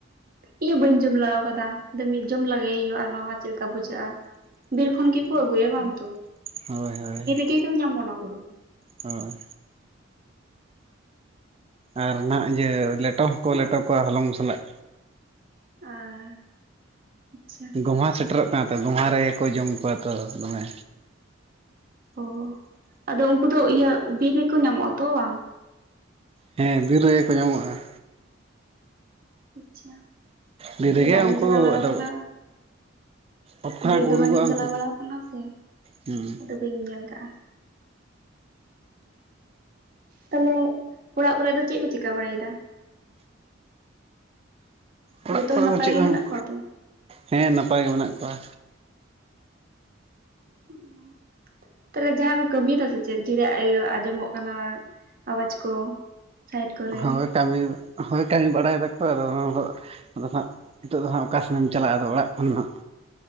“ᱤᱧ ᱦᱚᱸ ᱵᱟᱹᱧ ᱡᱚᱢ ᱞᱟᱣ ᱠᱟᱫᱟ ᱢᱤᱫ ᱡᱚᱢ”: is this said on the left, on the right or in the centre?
Right